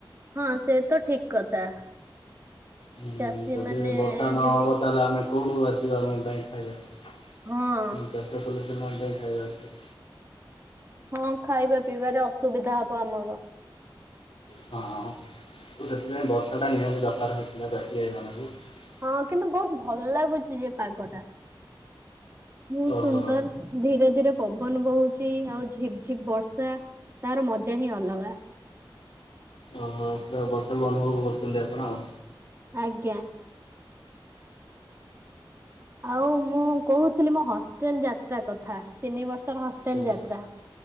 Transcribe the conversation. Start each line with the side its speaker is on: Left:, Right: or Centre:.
Right: ହଁ ସେ ତ ଠିକ କଥା।
Left: ହୁଁ
Right: ଚାଷୀ
Left: ଯଦି
Right: ମାନେ
Left: ବର୍ଷା ନହବ
Right: ଯଦି
Left: ତାହେଲେ ଆମେ କେଉଁଠୁ ଆସିବା ଆମ ପାଇଁ ଖାଇବାସ
Right: ହଁ
Left: କଲେ ସ ଆମ ପାଇଁ ଖାଇବା ଆସିବା।
Right: ହଁ ଖାଇବା ପିଇବାରେ ଅସୁବିଧା ହବ ଆମର
Left: ହଁ ସେଥିପାଇଁ ବର୍ଷା ଟା ନିହାତି ଦରକାର ହେଇଥିଲା ବେଶୀ ହେଇଗାଲା। <unintelligible>
Right: ହଁ କିନ୍ତୁ ବହୁତ ଭଲ ଲାଗୁଛି ଯେ ପାଗ ଟା ବହୁତ
Left: ଓହୋ
Right: ସୁନ୍ଦର ଧୀରେ ଧୀରେ ପବନ ବହୁଛି ଆଉ ଝିପ ଝିପ ବର୍ଷା ତାର ମଜା ହିଁ ଅଲଗା।
Left: ଓ ପୁରା ବର୍ଷା ବି ଅନୁଭବ କରୁଛନ୍ତି ଆପଣ ଆଉ।
Right: ଆଜ୍ଞା। ଆଉ ମୁଁ କହୁଥିଲି ମୋ ହଷ୍ଟେଲ ଯାତ୍ରା କଥା ତିନି ବର୍ଷର ହଷ୍ଟେଲ
Left: ଆଜ୍ଞା
Right: ଯାତ୍ରା।